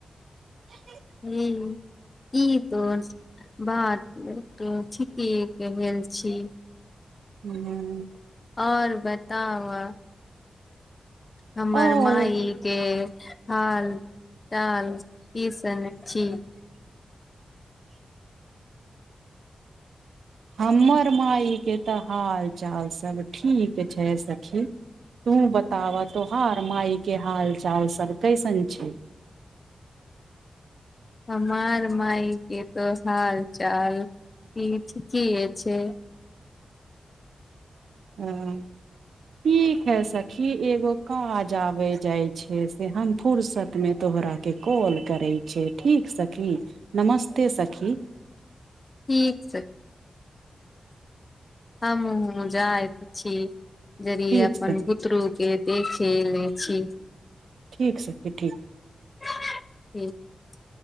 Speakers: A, on the right (about 90°); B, on the left (about 30°).
A: <unintelligible>
B: हं ई तो बात ठीके कहय छी
A: हुं
B: आओर बताब' अप हमर
A: और
B: माइ के हाल चाल केसन छी
A: हमर माय के तऽ हाल चाल सब ठीक छै सखी तू बताबह तोहार मााय के हाल चाल सब कैसन छै
B: हमार माइ के तऽ हाल चाल ठीके छै
A: हँ ठीक हइ सखी एगो काज आबय जाइ छै से हम फुुरसतमे तोहराके कॉल करैत छिय ठीक सखी नमस्ते सखी
B: ठीक हमहुं जायत छी जरी
A: ठीक
B: अपन
A: छै
B: बुतरुक के देख एलै छी
A: ठीक सखी ठीक
B: ह <unintelligible>